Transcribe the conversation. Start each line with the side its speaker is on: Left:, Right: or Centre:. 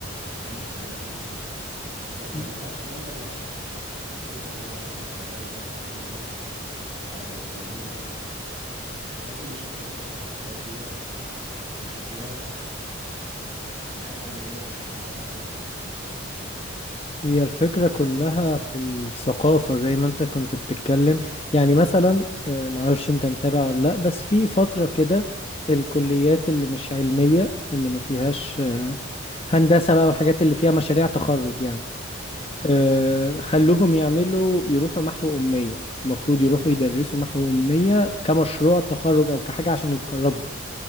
Right: بتعمل خدمات ليه مجانية بس ما, ما
Left: مم.
Right: بيظهرش الكلام ده إلا من الشركات يعني المفروض إن أنا قصدي عليه كان ده يدرس في المدارس يعني يبقى, يبقى دي عادة موجودة من المدارس بحيث إن الشركات تفتح الأبواب دي والناس تخش فيها فتبقى حاجة يعني إيه أنت متعود عليها وشفتها قبل كده في أيام الدراسة
Left: هي الفكرة كلها في الثقافة زي ما انت كنت بتتكلم يعني مثلا آه، معرفش انت متابع ولا لا بس في فترة كده الكليات اللي مش علمية اللي ما فيهاش آه، هندسة بقى والحاجات اللي فيها مشاريع تخرج يعني
Right: أه
Left: آه، خلوهم يعملوا يروحوا محو أمية المفروض يروحوا يدرسوا محو أمية كمشروع تخرج أو كحاجة عشان يتخرجوا